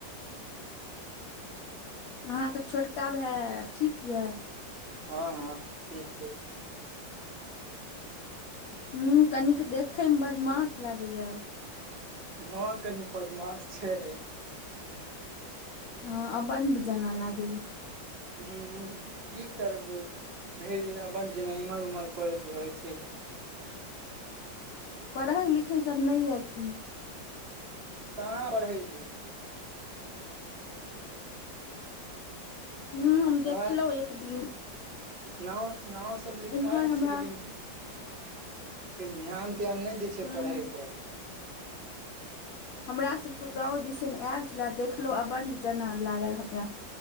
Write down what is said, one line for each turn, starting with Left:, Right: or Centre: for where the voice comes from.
Left: अहाँकेँ छोटका भाय ठीक यऽ
Right: हँ हँ ठीक छै।
Left: ह कनिक देखे मे बदमाश लागैया
Right: ह कनि बदमाश छै
Left: ह आबन्द जना लागे या
Right: ह कि करबै भरि दिन अबंट जेना इम्हर उम्हर करैत रहै छै
Left: पढ़ै लिखै सभ नहि यए कि
Right: कहाँ बढ़ै छै।
Left: हू हम देखलहुँ
Right: कहाँ
Left: एक दिन।
Right: नाव नाव सभ लिखायल
Left: इम्हर हमरा
Right: छै लेकिन ध्यान त्यान नहि दै छै
Left: हूँ
Right: पढ़ै पर।
Left: हमरा सभके गाव दिसन आयल छलए देखलहु अबंड जना लागल हमरा